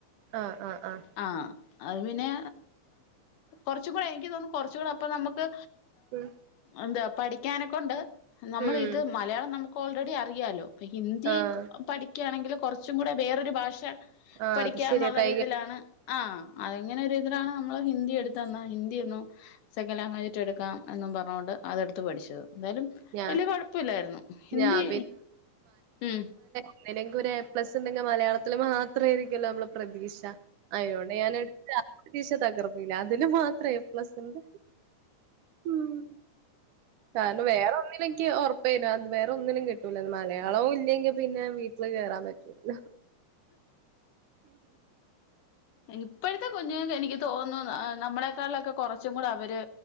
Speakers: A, on the right; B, on the left.
A: ആഹ് ആഹ് ആഹ്
B: ആഹ് അത് പിന്നെ കുറച്ച്കൂടെ എനിക്ക് തോന്നും കുറച്ച് കൂടെ അപ്പം നമ്മക്ക്
A: ഉം
B: എന്താ പഠിക്കാനെക്കൊണ്ട് നമ്മൾ
A: ഉം
B: ഇത് മലയാളം നമുക്ക് ഓൾറെഡി അറിയാലോ പ്പ ഹിന്ദി
A: ആഹ്
B: പഠിക്കയാണെങ്കിൽ കുറച്ചും കൂടെ വേറൊരു ഭാഷ
A: ആഹ്
B: പഠിക്കാന്നുള്ളര്
A: അത് ശരിയാ കൈ
B: തിലാണ് ആഹ് അതെങ്ങനെ ഇതിലാണ് നമ്മള് ഹിന്ദി എടുത്ത് തന്നാ ഹിന്ദി ഒന്നും സെക്കൻഡ് ലാംഗ്വേജ് യിട്ട് എടുക്കാം എന്നും പറഞ്ഞുകൊണ്ട് അതെടുത്ത് പഠിച്ചത് എന്തായാലും
A: ഞാ
B: വല്യയ കുഴപ്പില്ലായിരുന്നു ഹിന്ദി
A: ഞാൻ
B: ഉം
A: എങ്ങനെങ്കും ഒരു എ പ്ലസ് ണ്ടെങ്കി മലയാളത്തില് മാത്രയ്രിക്കല്ലോ നമ്മള പ്രതീക്ഷ അയോണ്ട് ഞൻ എടുത്ത് ആ പരീക്ഷ തകർന്ന്ല അതില് മാത്രം ഏ പ്ലസ് ണ്ട് മ് കാരണം വേ ഒന്നിലും ന് ക്ക് ഉറപ്പേന്നു അത് വേറെ ഒന്നിലും കിട്ടൂല മലയാളവും ഇല്ലെങ്കി പിന്നെ വീട്ടിൽ കേയറൻ പറ്റും <inaudible>
B: ഇപ്പോഴത്തെ കുഞ്ഞുങ്ങൾക്ക് എനിക്ക് തോന്നുന്നു ന നമ്മളേക്കാളിലൊക്കെ കുറച്ചും കൂടെ അവര്